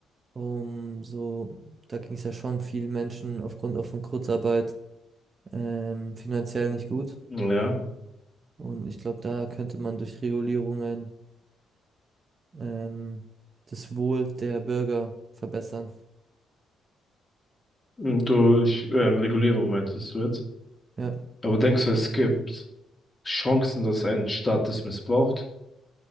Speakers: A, on the right; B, on the left.
A: um so, da ging es ja schon vielen Menschen aufgrund auch von Kurzarbeit ähm, finanziell nicht gut.
B: Ja,
A: Und ich glaube, da könnte man durch Regulierungen ähm, das Wohl der Bürger verbessern.
B: Und durch ähm, Regulierung meintest du jetzt.
A: Ja,
B: Aber denkst du, es gibt Chancen, dass ein Staat das missbraucht?